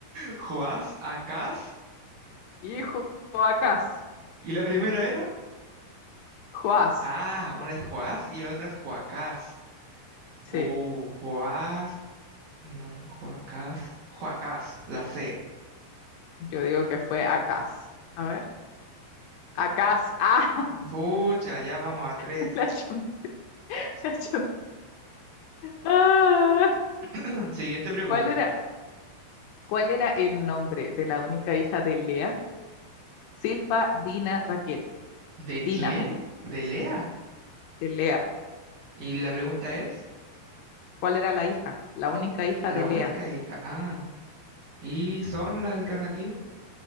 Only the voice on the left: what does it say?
Hijo Joacás.
Joás.
Sí,
yo digo que fue Acaz. A ver. Acaz. Ah,
<laughs> la chunté, la chunté. Ah.
¿Cuál era, cuál era el nombre de la única hija de Lea? Silpa, Dina, Raquel.
Dina,
de Lea.
¿Cuál era la hija? La única
hija
de
Lea.